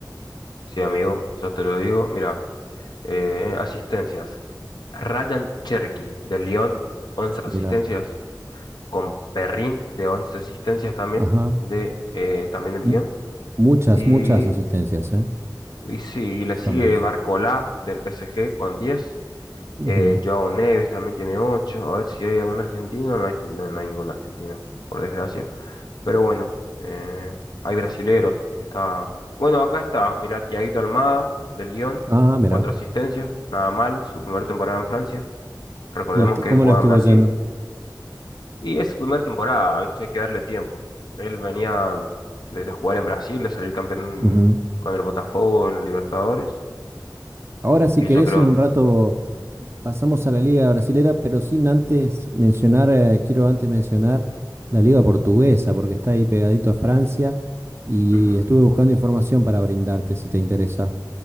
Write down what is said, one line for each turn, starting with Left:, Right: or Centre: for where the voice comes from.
Left: Sí, amigo, yo te lo digo. Mira, eh, asistencias. Ryan Cherky de Lyon, once asistencias,
Right: Mira,
Left: con Perrin de 11 asistencias también,
Right: ajá,
Left: de eh, también el
Right: mu-
Left: Lyon.
Right: muchas
Left: Y,
Right: muchas asistencias, ¿eh?
Left: y sí, le
Right: Son
Left: sigue
Right: once
Left: Barcola del PSG con diez
Right: Ujú.
Left: Eh, Joao Neves también tiene 8. A ver si hay algún argentino. No hay, no, no hay ningún argentino, por desgracia. Pero bueno, eh, hay brasileros. Está... Bueno, acá está. Mira Thiaguito Almada, del Lyon.
Right: Ah, mira,
Left: Cuatro asistencias. Nada mal. Su primera temporada en Francia. Recordemos
Right: Le est-
Left: que
Right: ¿cómo
Left: él jugaba
Right: la estuvo
Left: en Brasil.
Right: yendo?
Left: Y es su primera temporada, ¿viste? Hay que darle tiempo. Él venía de, de jugar en Brasil, de salir campeón
Right: Ujú.
Left: con el Botafogo en los Libertadores.
Right: Ahora si
Left: Y
Right: querés
Left: yo creo...
Right: en un rato Pasamos a la Liga Brasilera, pero sin antes mencionar, eh, quiero antes mencionar la Liga Portuguesa, porque está ahí pegadito a Francia y
Left: Ujú.
Right: estuve buscando información para brindarte si te interesa.